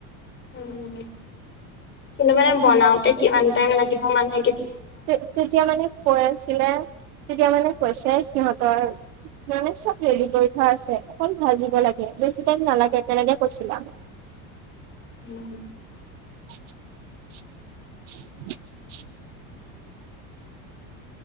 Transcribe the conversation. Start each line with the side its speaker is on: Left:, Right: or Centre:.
Left: উম, কিন্তু মানে বনাওতে কিমান টাইম লাগিব মানে
Right: তে-তেতিয়া মানে কৈ আছিলে তেতিয়া মানে কৈছে সিহঁতৰ মানে চব ৰেডি কৰি থোৱা আছে অকল ভাজিব দিব লাগে, বেছি টাইম নালাগে তেনেকে কৈছিলো আম
Left: উম।
Right: <inaudible>